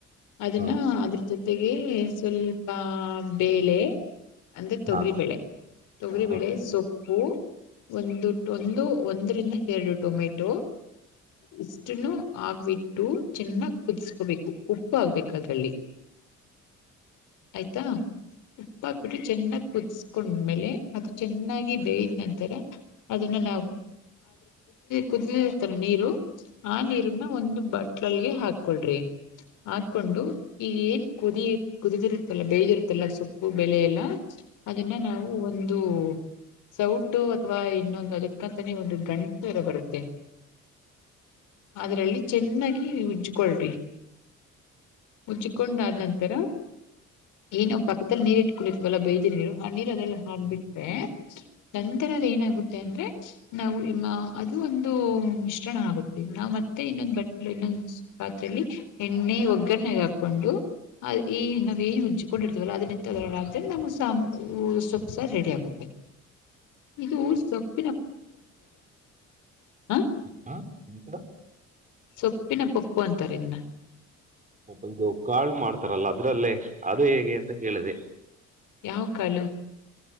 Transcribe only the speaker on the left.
ಅದನ್ನ
ಅದ್ರ ಜೊತೆ. ಜೊತೆಗೆ ಸ್ವಲ್ಪ ಬೇಳೆ ಅಂದ್ರೆ ತೊಗರಿಬೇಳೆ
ತೊಗರಿಬೇಳೆ
ಸೊಪ್ಪು ಒಂದು ಒಂದು ಒಂದರಿಂದ ಎರಡು ಟೊಮೆಟೊ ಇಷ್ಟನ್ನು ಆಗ್ಬಿಟ್ಟು ಚಿನ್ನ ಕುದಿಸ್ಕಡಿ ಉಪ್ಪ ಉಪ್ಪು ಹಾಕ್ಬೇಕ ಅದ್ರಲ್ಲಿ ಆಯ್ತಾ ಉಪ್ಪು ಹಾಕ್ಬಿಟ್ಟು ಚೆನ್ನಾಗಿ ಕುದಿಸಕೊಂಡ್ಮೇಲೆ ಅದು ಚೆನ್ನಾಗಿ ಬೆಯ್ದ ನಂತರ ಅನ್ನ ನ ಕುದಿತ್ತ ನೀರು ಆ ನೀರನ್ನ ಒಂದು ಬಟ್ಲಲ್ಗೆ ಹಾಕಳ್ರಿ ಹಾಕೊಂಡು ಈಗ ಏನ್ ಕುದಿ ಕುದಿದಿರುತ್ತಲ್ಲ ಬೇದಿರುತ್ತಲ್ಲ ಸೊಪ್ಪು ಬೆಳ ಎಲ್ಲ ಅದನ್ನ ನಾವು ಒಂದು ಸೌಟು ಅಥವಾ ಇನ್ನೊಂದು ಅದಕ್ಕಂತಾನೆ ಒಂದು ಗಂಟೆರ ಬರುತ್ತೆ ಅದ್ರಲ್ಲಿ ಚೆನ್ನಾಗಿ ಉಜ್ಜ್ಕಳ್ರಿ ಉಜ್ಜಕೊಂಡ ಆದ್ ನಂತರ ಏನಾವ್ ಪಕ್ಕದಲ್ಲಿ ನೀರ್ ಇಟ್ಕೊಂಡಿತ್ವಲ್ಲ ಬೈದಿರಿ ನೀರು ಆ ನೀರ್ ಅದಲ್ಲ ಆದನಂತರ ನೀರ್ ಹಾಕಬಿಟ್ರೆ ನಂತರ ಅದ ಏನಾಗುತ್ತೆ ಅಂದ್ರೆ ನಾವು ಅದು ಒಂದು ಮಿಶ್ರಣ ಆಗುತ್ತೆ ನಾವ್ ಮತ್ತೆ ಇನ್ನೊಂದ ಬಟ್ ಇನ್ನೊಂದ ಪಾತ್ರಲ್ಲಿ ಎಣ್ಣೆ ಒ ಕನಗ್ ಹಾಕೊಂಡು ಈ ನಾವವು ಏನ್ ಉಜ್ಜಕೊಂಡಿರ್ತವಲ್ಲ ಅದ ನಿತ್ತದ ಆ್ರ <unintelligible> ನಮ್ ಉ ಸೊಪ್ಪು ಸ ರೆಡಿ ಆಗುತ್ತೆ ಇದು ಊರ್ ಸೊಪ್ಪು ಹ
ಸೊಪ್ಪಿನ ಪೊಪ್ಪು ಅಂತಾರ ಇದನ
ಯಾವ ಕಲು